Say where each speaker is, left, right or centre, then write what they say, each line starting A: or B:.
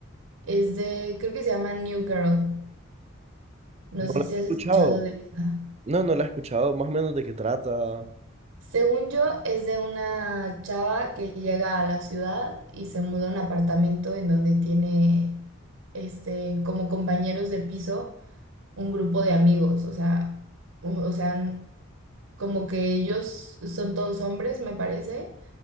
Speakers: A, on the right; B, on the right.
A: es de, creo que se llama New Girl. No
B: No
A: sé
B: la
A: si
B: he
A: has
B: escuchado.
A: escuchado de esa.
B: No, no la he escuchado. Más o menos de qué trata.
A: Según yo, es de una chava que llega a la ciudad y se muda a un apartamento en donde tiene este como compañeros de piso un grupo de amigos, o sea, u- o sea, n- como que ellos son todos hombres, me parece,